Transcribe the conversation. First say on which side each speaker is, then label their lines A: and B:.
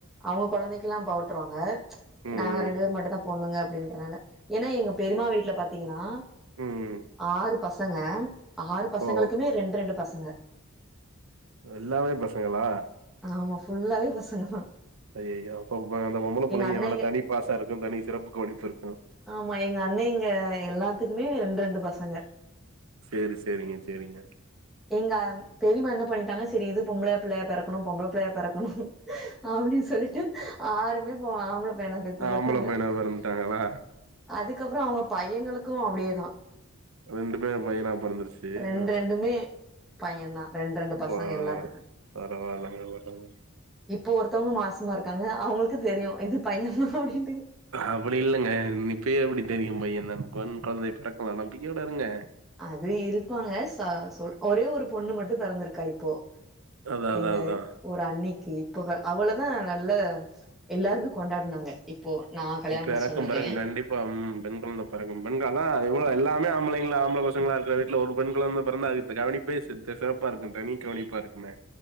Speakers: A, in the centre; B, on the right.
A: அவுங்க கொழந்தைக்கெல்லா போட்ருவாங்க
B: ம்
A: நாங்க ரெண்டு பேர் மட்டுந்தா பொண்ணுங்க அப்டின்றனால ஏனா எங்க பெரிம்மா வீட்ல பாத்தீங்னா
B: ம்
A: ஆறு பசங்க ஆறு பசங்களுக்குமே
B: ஓ
A: ரெண் ரெண்டு பசங்க
B: எல்லாமே பசங்களா
A: ஆமா ஃபுல்லாவே பசங்க தா
B: ஐயையோ அப்போ அந்த பொம்பள புள்ளைங்க
A: அண்ணேங்க
B: மேல தனி பாசோ இருக்கோ தனி சிறப்பு கவனிப்பு இருக்கோ
A: ஆமா எங்க அண்ணேங்க எல்லாத்துக்குமே ரெண்டு ரெண்டு பசங்க
B: செரி செரிங்க செரிங்க
A: எங்கா பெரிம்மா என்ன பண்ணிட்டாங்க செரி இது பொம்பள பிள்ளையா பெறக்கணு பொம்பள பிள்ளையா பெறக்கணு அப்டின் சொல்ட்டு ஆறுமே இப்போ ஆம்பள பையனா பெத்து போட்டாங்க
B: ஆம்பள பையனா பெறந்துட்டாங்களா
A: அதுக்கப்றோ அவுங்க பையங்களுக்கு அப்டியே தா
B: ரெண்டுமே பையனா பொறந்துருச்சு
A: ரெண்டு
B: அ
A: ரெண்டுமே பையந்தா ரெண்டு ரெண்டு பசங்க
B: வாவ்
A: எல்லாத்துக்கு
B: பரவால்ல <unintelligible>
A: இப்போ ஒருத்தவுங்க மாசமா இருக்காங்க அவுங்களுக்கு தெரியு இது பையன் தா அப்டின்ட்டு
B: அப்டி இல்லங்க இப்பயே எப்டி தெரியு பையன் தா பொன் கொழந்தை பிறக்கலா நம்பிக்கை விடாதீங்க
A: அது இருப்பாங்க சா சொ ஒரே ஒரு பொண்ணு மட்டு பிறந்திருக்கா இப்போ
B: அதா
A: எங்கள்
B: அதா அதா
A: ஒரு அன்னிக்கு இப்போ அவளதா நல்லா எல்லாருமே கொண்டாடுனாங்க இப்போ நா கல்யாண
B: பெறக்கு
A: முடிச்சு வந்துட்டே
B: பெறக்கு கண்டிப்பா ம் பெண் கொழந்த பெறக்கும் பெண்கள் தா எவ்ளோ எல்லாமே ஆம்பளைங்கள ஆம்பல பசங்களா இருக்கிற வீட்ல ஒரு பெண் குழந்த பெறந்தா அது அந்த கவனிப்பே சித்த சிறப்பா இருக்கு தனி கவனிப்பா இருக்குமே